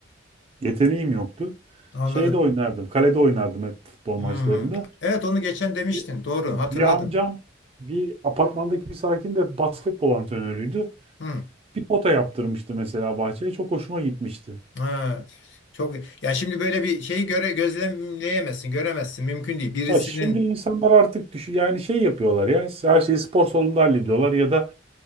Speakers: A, on the right; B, on the left.
A: yeteneğim yoktu.
B: Anladım.
A: Şeyde oynardım, kalede oynardım hep futbol maçlarında.
B: Hmm. Evet onu geçen demiştin.
A: Bir,
B: Doğru
A: bir
B: hatırladım.
A: amcam bir apartmandaki bir sakin de basketbol antrenörüydü.
B: Hmm.
A: Bir pota yaptırmıştı mesela bahçeye. Çok hoşuma gitmişti.
B: Ha. Çok ya şimdi böyle bir şeyi göre gözlemleyemezsin, göremezsin. Mümkün değil. Birisinin
A: Ha, şimdi insanlar artık düşün yani şey yapıyorlar ya her şeyi spor salonunda hallediyorlar ya da